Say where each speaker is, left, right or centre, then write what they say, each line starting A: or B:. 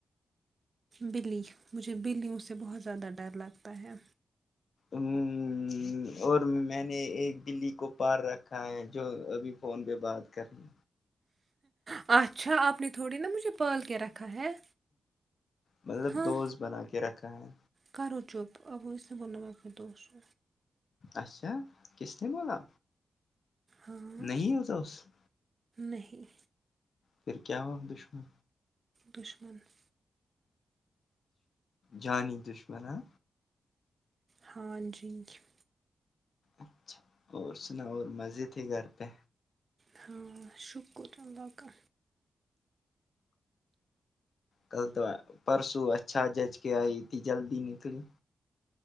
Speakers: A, on the right; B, on the left.
A: بلی مجھے بلیوں سے بہت زیادہ ڈر لگتا ہے
B: ہوں اور میں نے ایک بلی کو پال رکھا ہے جو ابھی فون پہ بات کر رہی
A: اچھا آپ نے تھوڑی نا مجھے پال کے رکھا ہے
B: مطلب
A: ہاں
B: دوست بنا کے رکھا ہے
A: کرو چپ اب اس نا ب نمق دوسو
B: اچھا کس نے بولا
A: ہاں
B: نہیں ہو دوست
A: نہیں
B: پھر کیا ہوا دشمن
A: دشمن ہو
B: جانی دشمن ہ
A: ہاں جی کیو
B: اچھا اور سنا اور مزے تھے گھر پہ
A: ہاں شکر اللہ کا
B: کل تو پرسوں اچھا جج کے آئی تھی جلدی نکلی